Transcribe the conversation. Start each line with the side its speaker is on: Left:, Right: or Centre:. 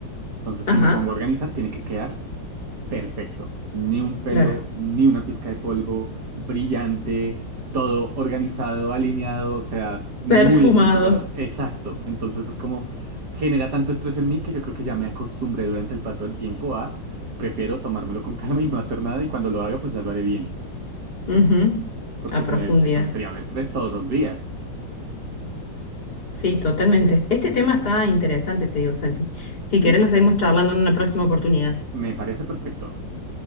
Right: Entonces,
Left: Ajá,
Right: si me pongo a organizar, tiene que quedar Perfecto. Ni un pelo,
Left: claro.
Right: ni una pizca de polvo, brillante, todo organizado, alineado, o sea, muy
Left: Perfumado.
Right: estructurado. Exacto. Entonces es como genera tanto estrés en mí que yo creo que ya me acostumbré durante el paso del tiempo a prefiero tomármelo con <laughs> calma y no hacer nada y cuando lo haga pues ya lo haré bien.
Left: Ujú.
Right: Porque
Left: A profundidad.
Right: si no es, eso sería un estrés todos los días.
Left: Sí, totalmente. Este tema está interesante, te digo, Santi. Si
Right: Sí,
Left: querés,
Right: súper.
Left: lo seguimos charlando en una próxima oportunidad.
Right: Me parece perfecto.